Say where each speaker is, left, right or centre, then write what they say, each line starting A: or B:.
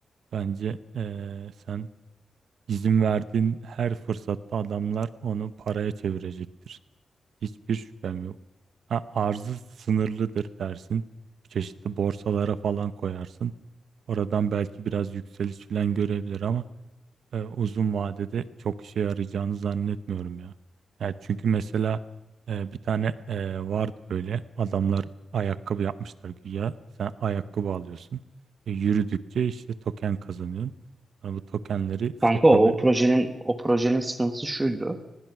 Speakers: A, on the right; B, on the right.
A: Bence eee, sen izin verdiğin her fırsatta adamlar onu paraya çevirecektir. Hiçbir şüphem yok. Ha, arzı sınırlıdır dersin. Çeşitli borsalara falan koyarsın. Oradan belki biraz yükseliş falan görebilir ama e, uzun vadede çok işe yarayacağını zannetmiyorum ya. Yani çünkü mesela e, bir tane e, vardı böyle adamlar ayakkabı yapmışlar güya. Sen ayakkabı alıyorsun. E, yürüdükçe işte token kazanıyorsun. Sonra bu tokenleri satabil
B: Kanka o, o projenin o projenin sıkıntısı şuydu.